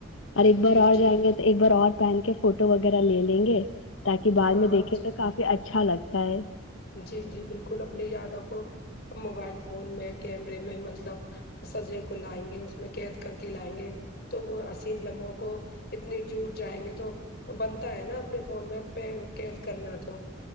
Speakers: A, on the left (about 65°); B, on the left (about 50°).
A: اور ایک بار
B: جی
A: اور
B: جی
A: جائیں گے تو ایک بار اور پہن کے فوٹو وغیرہ لے لیں گے تاکہ بعد
B: ہاں
A: میں دیکھ
B: جی
A: کافی اچھا لگتا ہے
B: جی جی بالکل اپنی یادوں کو موبائل فون میں کیمرے میں مطلب سجے کو لائیں گے اس میں قید کر کے لائیں گے تو وہ حسین لمحوں کو اتنے جور جائیں گے تو بنتا ہے نا اپنے فون میں پین کیج کرنا تو